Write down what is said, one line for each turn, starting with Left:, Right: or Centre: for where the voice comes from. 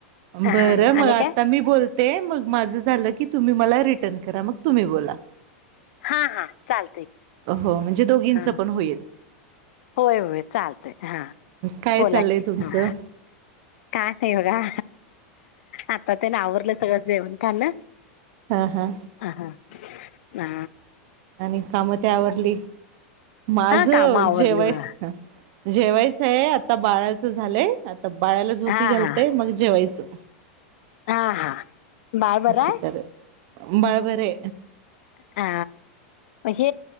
Left: हा
Right: बरं मग
Left: आणि
Right: आता
Left: काय
Right: मी बोलत, ते मग माझं झालं की तुम्ही मला रिटर्न करा मग तुम्ही बोला,
Left: हा हा चालत की,
Right: अ हो म्हणजे दोघींच
Left: हा
Right: पण होईल,
Left: होय होय चालतय हा
Right: काय
Left: बोला
Right: चाललंय
Left: की
Right: तुमचं
Left: हा, का नाही बघा आता ते ना आवरलं सगळं जेवण खान ना,
Right: हा हा.
Left: आ हां ह,
Right: आणि कामतवरली माझ
Left: हा काम आवरली
Right: जेवय
Left: बघा
Right: जेवायचं आहे आता बाळाचं झालंय आता बाळाला झोपी
Left: हा
Right: घालतेय
Left: हा
Right: मग जेवायचं.
Left: हा हा, बाळ बरं
Right: अस
Left: आहे
Right: सुखर बाळ बरे,
Left: हा हे